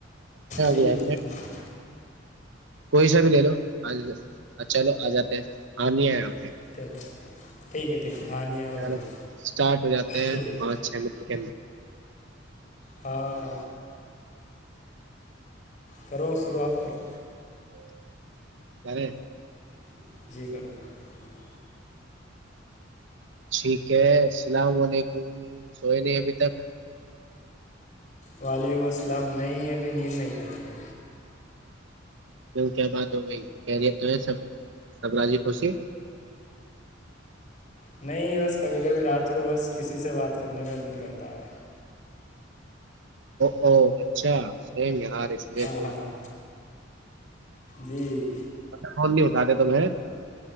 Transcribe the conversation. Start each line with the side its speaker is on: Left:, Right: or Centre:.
Left: جی
Right: گیا
Left: جی جی جی
Right: کوئی سا بھی لے لو آ چلو آ جاتے ہیں ہم نہیں آئے آپ
Left: <inaudible> <inaudible>
Right: ارو
Left: زین
Right: اسٹارٹ ہو جاتے ہیں
Left: ٹھیک ہے
Right: پانچ چھ منٹ <inaudible>
Left: ہاں کرو شروعات کرو
Right: ارے
Left: <inaudible>
Right: ٹھیک ہے اللام ععلیکم سوئے نہیں ابھی تک
Left: وعلیکم السلام نہیں ابھی نیند نہیں آ رہی ہے
Right: کیوں کیا بات ہو بھائی کہری تو ہے سب سبراجی خوشی
Left: نہیں بس کبھی کبھی رات کو بس کسی سے بات کرنے کا دل کرتا ہے
Right: او او اچھا سم یار س لی
Left: ہاں
Right: پ
Left: ہاں جی
Right: کون نہیں بتاتے تمہیں